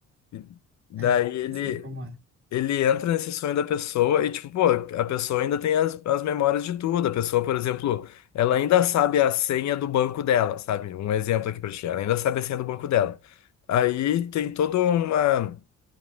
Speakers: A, on the left; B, on the right.
A: E daí
B: é,
A: ele
B: eu sei como é.
A: ele entra nesse sonho da pessoa e, tipo, pô, a pessoa ainda tem as, as memórias de tudo. A pessoa, por exemplo, ela ainda sabe a senha do banco dela, sabe? Um exemplo aqui pra ti. Ela ainda sabe a senha do banco dela. Aí tem toda uma